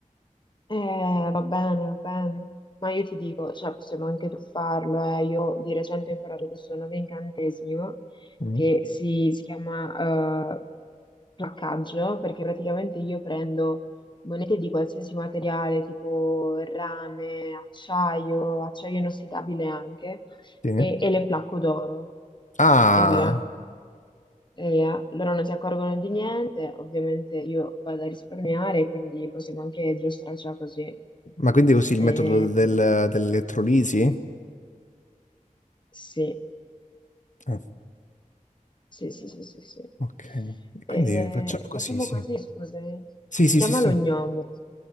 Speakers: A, on the left; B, on the left.
A: Eh, va bene, va bene. Ma io ti dico, cioè, possiamo anche truffarlo. eh. Io di recente ho imparato questo nuovo incantesimo
B: Mm.
A: che si, si chiama eh, placcaggio, perché praticamente io prendo monete di qualsiasi materiale, tipo rame, acciaio, acciaio inossidabile anche,
B: Sì.
A: e, e le placco d'oro
B: Ah,
A: e via. E eh, loro non si accorgono di niente, ovviamente io vado a risparmiare, quindi possiamo anche giostrarcela così.
B: ma quindi usi il
A: Eh,
B: metodo del- dell'elettrolisi?
A: sì,
B: Ah,
A: sì, sì, sì, sì, sì.
B: ok. E
A: Eh,
B: Quindi facciamo così,
A: facciamo
B: sì.
A: così, scusami.
B: Sì, sì,
A: Chiamalo
B: sì, sì.
A: Gnomo,